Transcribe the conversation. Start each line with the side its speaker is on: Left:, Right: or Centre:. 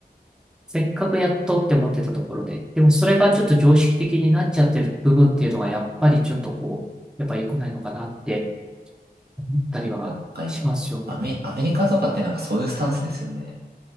Centre: せっかくやっとって思ってたところで、でもそれがちょっと常識的になっちゃってる部分っていうのがやっぱりちょっとこう、やっぱ良くないのかなって思ったりはしますよね。
Right: なんか今、アメ、アメリカとかってなんかそういうスタンスですよね。